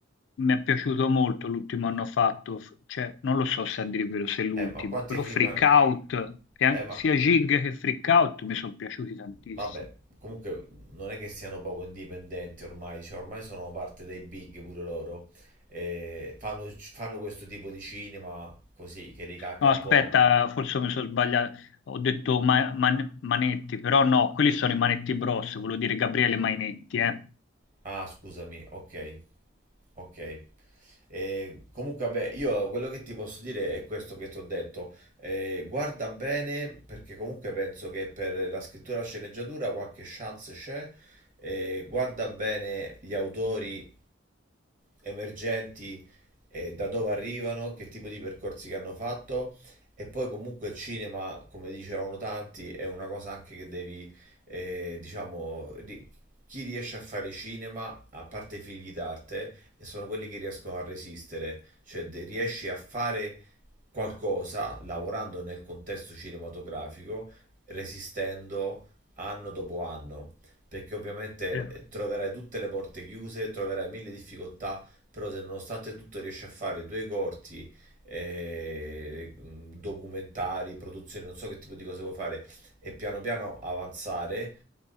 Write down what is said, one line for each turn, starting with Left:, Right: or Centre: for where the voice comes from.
Left: mi è piaciuto molto l'ultimo hanno fatto, f- cioè, non lo so se a dire il vero se è l'ultimo,
Right: Eh, ma quanti
Left: però
Right: film...
Left: Freak
Right: ha-
Left: Out, e an-
Right: Eh, ma
Left: sia Jig che Freak Out mi sono piaciuti tantissimo.
Right: vabbè, comunque non è che siano proprio indipendenti ormai, cioè ormai sono parte dei big pure loro. Eh, fanno, fanno questo tipo di cinema così, che ricacca
Left: No,
Right: un
Left: aspetta,
Right: po'.
Left: forse mi sono sbagliato, ho detto Ma- Man- Manetti, però no, quelli sono i Manetti Bros, volevo dire Gabriele Mainetti, eh.
Right: Ah, scusami, ok, ok. Eh, comunque, vabbè, io quello che ti posso dire è questo che ti ho detto. Eh, guarda bene, perché comunque penso che per la scrittura e la sceneggiatura qualche chance c'è. Eh, guarda bene gli autori emergenti, eh, da dove arrivano, che tipo di percorsi che hanno fatto e poi comunque il cinema, come dicevano tanti, è una cosa anche che devi, eh, diciamo, ri- chi riesce a fare cinema, a parte i figli d'arte, e sono quelli che riescono a resistere, cioè de- riesci a fare qualcosa lavorando nel contesto cinematografico, resistendo anno dopo anno perché ovviamente
Left: Sì,
Right: eh, troverai tutte le porte chiuse, troverai mille difficoltà, però se nonostante tutto riesce a fare due corti, eh, documentari, produzioni, non so che tipo di cose vuoi fare, e piano piano avanzare,